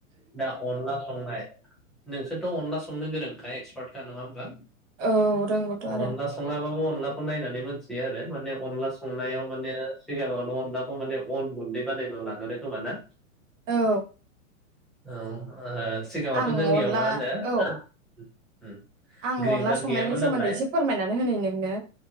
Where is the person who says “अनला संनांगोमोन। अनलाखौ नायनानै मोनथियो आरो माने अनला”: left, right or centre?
Centre